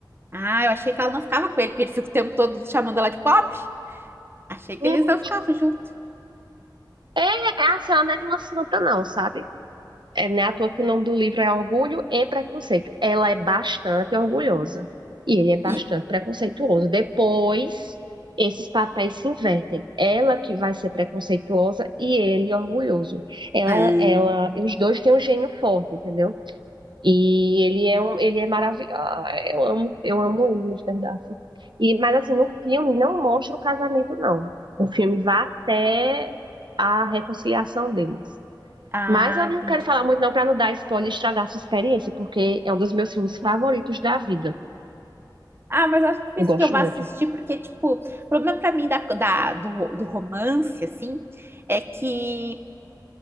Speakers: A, on the right; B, on the right.
A: Ah, eu achei que ela não ficava com ele, porque ele fica o tempo todo chamando ela de pobre. Achei que
B: Hum,
A: eles não ficavam juntos.
B: É, é assim, ela não é de uma santa, não, sabe? É, né, à toa que o nome do livro é Orgulho e Preconceito. Ela é bastante orgulhosa e ele é bastante
A: E.
B: preconceituoso. Depois, esses papéis se invertem. Ela que vai ser preconceituosa e ele orgulhoso. Ela,
A: Ah,
B: ela, os dois têm um gênio forte, entendeu? E ele é um, ele é maravilhoso. Eu amo, eu amo ele, Mr. Darcy. E, mas assim, no filme não mostra o casamento, não. O filme vai até a reconciliação deles.
A: ah,
B: Mas eu
A: entendi.
B: não quero falar muito não para não dar spoiler e estragar a sua experiência, porque é um dos meus filmes favoritos da vida.
A: Ah, mas acho difícil
B: Eu gosto
A: que eu vá
B: muito.
A: assistir, porque, tipo, o problema pra mim da, da- do, do romance, assim, é que